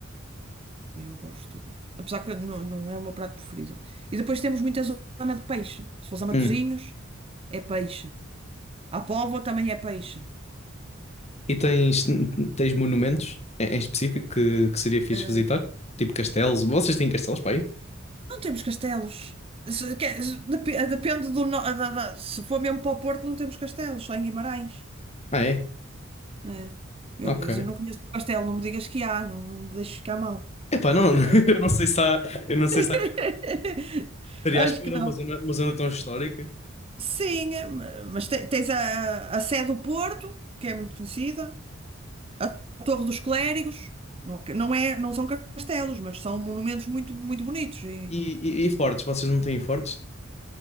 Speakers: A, on the right; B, on the left.
A: eu gosto. Apesar que não, não é o meu prato preferido. E depois temos muita zona de peixe. Se fosse a Matosinhos,
B: Hum,
A: é peixe. A Póvoa também é peixe.
B: E tens, tens monumentos em em específico que, que seria fixe
A: Eh,
B: visitar? Tipo castelos. Vocês têm castelos para aí?
A: não temos castelos. Se- que- se- dep- depende do. no- da- da- se for mesmo para o Porto, não temos castelos, só em Guimarães.
B: Ah, é?
A: É. Eu,
B: Ok.
A: quer dizer, eu não conheço o pastel, não me digas que há, não, não me deixes ficar mal.
B: Epá, não, <laughs>
A: que eu não-
B: eu não sei se há, eu não sei se
A: <laughs>
B: Estaria
A: Acho
B: à espera
A: que não.
B: uma zona, uma zona tão histórica.
A: Sim, eh, ma- mas te- tens a, a Sé do Porto, que é muito conhecida, a Torre dos Clérigos, não, que- não é, não são castelos, mas são monumentos muito, muito bonitos e
B: E, e, e fortes, vocês não têm fortes?